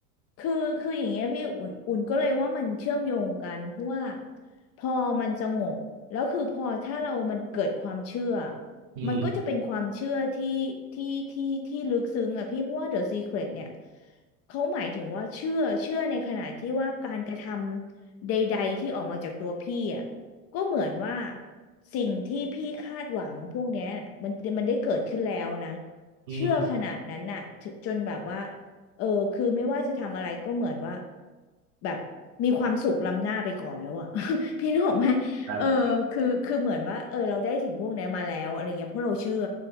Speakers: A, on the left; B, on the right.
A: คือคืออย่างเงี้ยพี่อุ่นอุ่นก็เลยว่ามันเชื่อมโยงกันเพราะว่าพอมันสงบแล้วคือพอถ้าเรามันเกิดความเชื่อ
B: อืม
A: มันก็จะเป็นความเชื่อที่ที่ที่ที่ลึกซึ้งอ่ะพี่เพราะว่า The Secret เนี่ยเขาหมายถึงว่าเชื่อเชื่อในขณะที่ว่าการกระทำใดๆที่ออกมาจากตัวพี่อ่ะก็เหมือนว่าสิ่งที่พี่คาดหวังพวกเนี้ยมันมันได้เกิดขึ้นแล้วนะ
B: อืม
A: เชื่อขนาดนั้นน่ะถึจนแบบว่า เออคือไม่ว่าจะทำอะไรก็เหมือนว่าแบบมีความสุขล้ำหน้าไปก่อนแล้วอะ <laughs> พี่นึกออกไหมเออคือคือเหมือนว่าเออเราได้สิ่งพวกนี้มาแล้วอะไรเงี้ยเพราะเราเชื่อ
B: ครับ